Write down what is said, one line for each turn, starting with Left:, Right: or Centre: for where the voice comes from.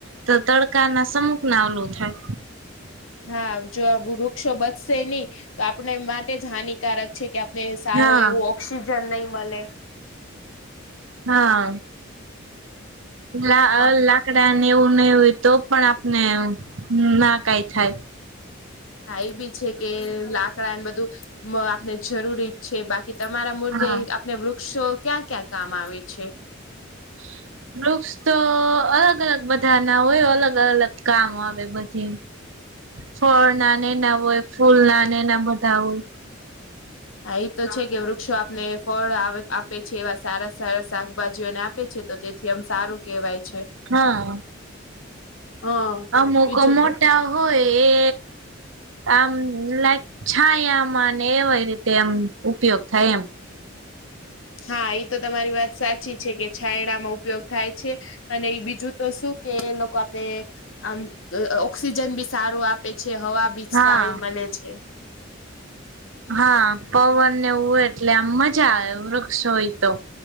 Right: તો તડકા ના સમુખના ઓલું થાય.
Left: હા જો આ વૃક્ષો બચશે નહી તો આપણે માટે જ હાનિકારક છે કે આપને સારો
Right: હા
Left: એવો ઓક્સિજન નહી મલે
Right: હા લા
Left: હ
Right: લા કડા ને એવું નહી હોય તો પણ આપને ના કાઈ થાય.
Left: હા એ બી છે કે લાકડાને બધું આપને જરૂરી છે બા કી તમારા મુદ્દે
Right: હા
Left: આપને વૃક્ષો ક્યાં ક્યાં કામ આવે છે?
Right: <inaudible> વૃક્ષ તો અલગ અલગ બધા ના હોય અલગ અલગ કામ આવે બધે ફળના એના હોય ફૂલના એના બધા હોય.
Left: હા એ તો છે કે વૃક્ષો આપને ફળ આપે છે એવા સારા સારા શાકભાજીઓને આ પે છે તો તેથી આમ સારું કેવાય છે.
Right: હા.
Left: હા
Right: અમુક
Left: બીજું
Right: મોટા હોય એ આમ લાઈક છાયામાં ને એવા રીતે એમ ઉપયોગ થાય એમ.
Left: હા એતો તમારી વાત સાચી છે કે છાયડામાં ઉપયોગ થાય છે. અને બીજું તો શું કે લોકો આપડે આમ ઓક્સિજન બી સારું આપે છે હવા બી
Right: હા
Left: સારી મલે છે.
Right: હા પવનને એવું હોય એટલે આમ મજા આવે વૃક્ષ હોય તો.